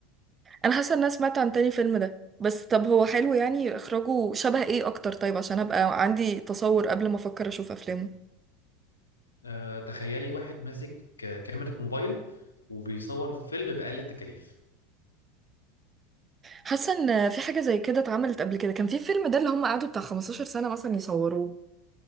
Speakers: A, on the right (about 25°); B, on the left (about 80°).
A: انا حاسه ان انا سمعت عن تاني فيلم ده بس طب هو حلو يعني اخراجه شبه ايه اكتر طيب عشان ابقى عندي تصور قبل ما افكر اشوف افلامه
B: آه، تخيلي واحد ماسك ك- كاميرا موبايل وبيصور فيلم بأقل التكاليف
A: حاسه ان في حاجه زي كده اتعملت قبل كده كان في فيلم ده اللي هم قعدوا بتاع 15 سنه مثلا يصوروه